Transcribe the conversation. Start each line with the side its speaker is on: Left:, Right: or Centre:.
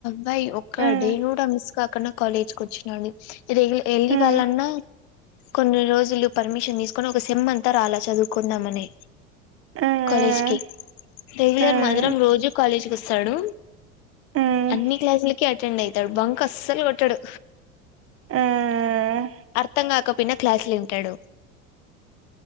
Left: బై్ ఒక్క
Right: ఉమ్
Left: డే కూడా మిస్ కాకుండా కాలేజ్ కు వచ్చినండు వెళ్ళి
Right: ఉమ్
Left: ఇ వాళ్ాలన్నా కొన్ని రోజులు పర్మిషన్ తీసుకొని ఒక సిెమ్ అంతా అలా చదువుకుందామని
Right: ఉమ్
Left: కాలేజ్ కి రెగ్యులర్
Right: ఉమ్
Left: మధురం రోజూ కాలేజకిి వస్తాడు
Right: ఉమ్
Left: అన్ని క్లాసులకి అటెండ్ అయితాడు బంక అస్సలు కొట్టాడు
Right: ఉమ్
Left: అర్థం కాకపోయినా క్లాసులు వింటాడు